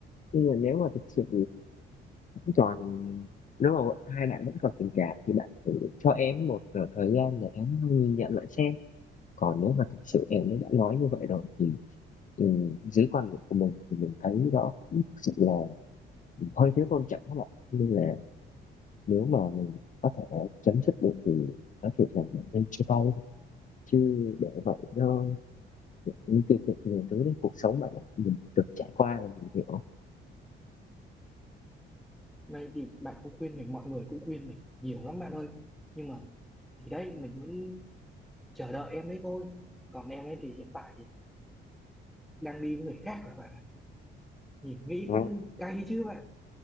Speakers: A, on the left (about 40°); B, in the centre.
A: nhưng mà nếu mà thực sự vẫn còn nếu mà bọn hai bạn vẫn còn tình cảm thì bạn thử cho em một ờ, thời gian để em nhìn nhận lại xem còn nếu mà thực sự em ấy đã nói như vậy rồi thì ừ, dưới quan điểm của mình thì mình thấy đó cũng thực sự là hơi thiếu tôn trọng các bạn nên là nếu mà mình có thể chấm dứt được thì nói thiệt là mình nên chia tay đi. chứ để vậy nó những tiêu cực nhiều thứ đấy cuộc sống bạn ạ. mình từng trải qua là mình hiểu
B: vậy thì bạn cũng khuyên mình mọi người cũng khuyên mình nhiều lắm bạn ơi nhưng mà thì đấy mình vẫn chờ đợi em đấy thôi còn em ấy thì hiện tại thì đang đi với người khác rồi bạn ạ nhìn nghĩ
A: Ừ.
B: cũng cay chứ bạn